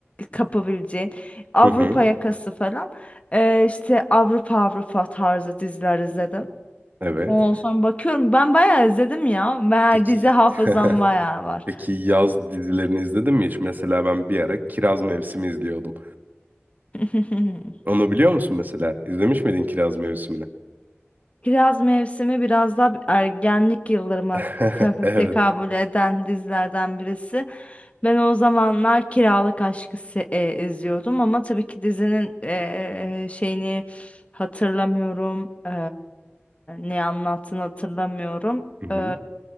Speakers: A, on the left; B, on the right.
A: kapabileceğin Avrupa
B: Hı hı.
A: Yakası falan Ee, işte Avrupa Avrupa tarzı diziler izledim.
B: Evet.
A: Ondan sonra bakıyorum ben bayağı izledim ya. Bayağı
B: Peki
A: dizi hafızam
B: <laughs>
A: bayağı var.
B: Peki yaz dizilerini izledin mi hiç? Mesela ben bir ara Kiraz Mevsimi izliyordum.
A: <laughs>
B: Onu biliyor musun mesela? İzlemiş miydin Kiraz Mevsimi'ni?
A: Kiraz Mevsimi biraz daha ergenlik yıllarıma
B: <laughs>
A: te-
B: Evet.
A: tekabül eden dizilerden birisi. Ben o zamanlar Kiralık Aşk'ı se- e, izliyordum ama tabii ki dizinin e, şeyini hatırlamıyorum. E, ne anlattığını hatırlamıyorum.
B: Hı hı.
A: E,